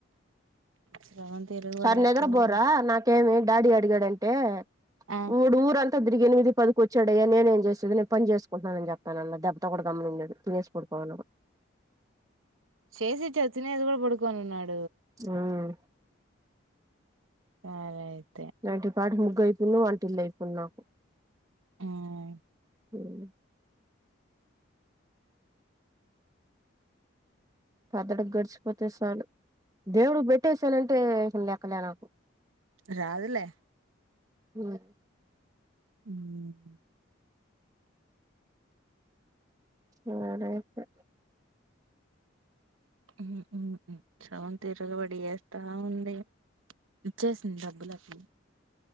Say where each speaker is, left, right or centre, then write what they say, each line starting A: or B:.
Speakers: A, on the right; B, on the right.
A: స్రవంతి ఇరగబడేస్తావా
B: సార్ నిద్ర బోరా నాకేమి డాడి అ అడిగాడంటే
A: ఆ
B: ఊరు ఊరంత తిరిగి ఎనిమిది, పదికి వచ్చాడయ్యా నేను ఏం చేసేది. నేను పని చేసుకుంటున్నానని చెప్తాన అన్న దెబ్బతో కూడా గమ్మనున్నాడు తినేసి పడుకో పడుకున్నాడు
A: చేసి ఇచ్చాను తినేసి కూడా పడుకొని ఉన్నాడు
B: మ్మ్
A: సరే అయి
B: నాంటీ పాడును కైపును ఆంటీ లేకున్నా
A: మ్
B: మ్మ్ పెద్దడు గడిచిపోతే చాలు దేవుడు పెట్టేసానంటే లెక్కలే నాకు
A: రాదులే
B: వునా
A: మ్మ్
B: సరే అయితే
A: మ్మ్ మ్మ్ మ్మ్ తిరగబడి చేత్తా ఉంది అ ఇచ్చేసింది డబ్బులు అన్ని